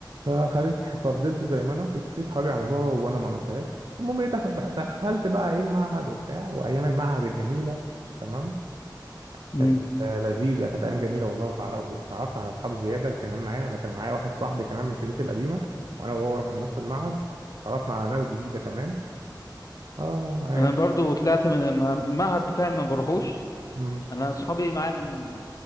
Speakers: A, on the right (about 65°); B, on the left (about 45°).
A: فخليت ففضلت زي ما انا في في صحابي عملوها وانا ما عملتهاش المهم ايه دخل... بقى- دخلت بقى ايه المعهد وبتاع وايام المعهد الجميلة تمام
B: مم.
A: كانت آه، لذيذة كانت ايام جميلة والله وتعرف... وتعرفت على اصحاب زيادة كمان معايا انا كان معايا واحد صاحبي كمان من شريطي القديمة وانا وهو رحنا نفس المعهد تعرفنا على ناس جديدة كمان اه ايام
B: أنا برضو طلعت من ما- المعهد بتاعي ما بروحوش
A: مم.
B: أنا أصحابي معايا من